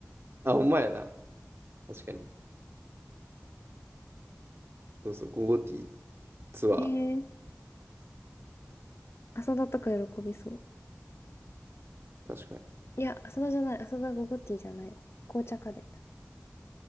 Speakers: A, on the right (about 45°); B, on the left (about 55°).
A: あ、ほんまやな。確かに。そうそう、ゴゴティーツア
B: へえ。浅田とか喜びそう。
A: ー。確かに。
B: いや、浅田じゃない。浅田ゴゴティじゃないわ。紅茶カレーだ。